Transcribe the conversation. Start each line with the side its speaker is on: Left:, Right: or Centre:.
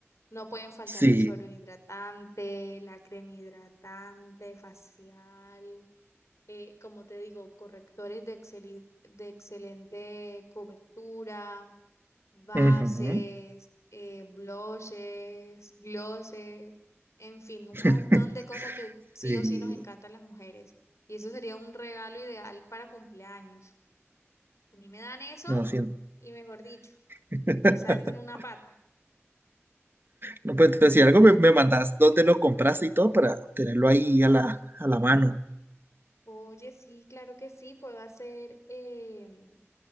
Left: No pueden faltar
Right: Sí.
Left: el suero hidratante, la crema hidratante, facial, eh, como te digo, correctores de, exceli- de excelente cobertura bases,
Right: ujú,
Left: eh, blushes, glosses, en fin, un
Right: <laughs>
Left: montón de cosas que sí
Right: Sí.
Left: o sí nos encantan las mujeres. Y eso sería un regalo ideal para cumpleaños. A mí me dan eso
Right: No siento.
Left: y mejor dicho,
Right: <laughs>
Left: yo salto en una pata.
Right: No, pues entonces, si algo me, me mandas dónde lo compraste y todo para tenerlo ahí a la, a la mano.
Left: Oye, sí, claro que sí, puedo hacer, eh,